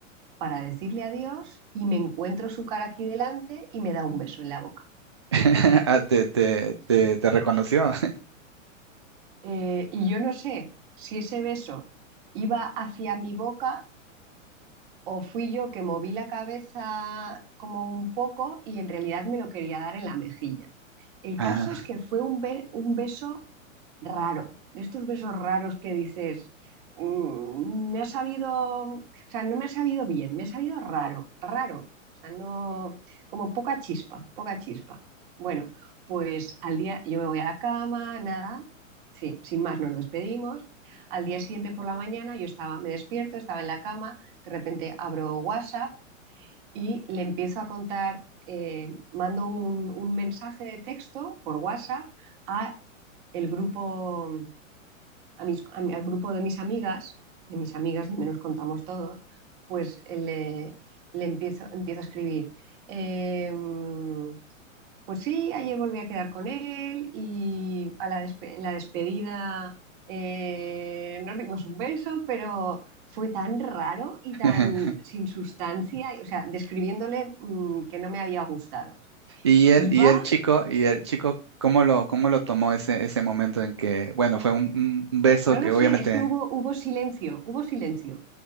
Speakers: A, on the right (about 40°); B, on the right (about 25°).
A: para decirle adiós y me encuentro su cara aquí delante y me da un beso en la boca.
B: <laughs> Ah, te, te,
A: Sí.
B: te, te reconoció.
A: Eh, y yo no sé si ese beso iba hacia mi boca o fui yo que moví la cabeza como un poco y en realidad me lo quería dar en la mejilla. El
B: <laughs>
A: caso
B: Ajá.
A: es que fue un, be- un beso raro, de estos besos raros que dices, mm, me ha sabido, o sea, no me ha sabido bien, me ha sabido raro, raro, o sea, no, como poca chispa, poca chispa. Bueno, pues al día, yo me voy a la cama, nada, sí, sin más nos despedimos. Al día siguiente por la mañana yo estaba, me despierto, estaba en la cama, de repente abro WhatsApp y le empiezo a contar, eh, mando un, un mensaje de texto por WhatsApp a el grupo a mis- a mi- al grupo de mis amigas, de mis amigas donde nos contamos todos, pues eh, le, le empiezo, empiezo a escribir. em, pues sí, ayer volví a quedar con él y a la, despe- en la despedida eh, nos dimos un beso, pero fue tan raro y
B: <laughs>
A: tan sin sustancia, y- o sea, describiéndole mm, que no me había gustado.
B: Y el,
A: Y va,
B: y el chico, y el chico, ¿cómo lo, cómo lo tomó ese, ese momento en que, bueno, fue un, un- un beso
A: no
B: que
A: lo sé,
B: obviamente,
A: es que hubo, hubo silencio, hubo silencio,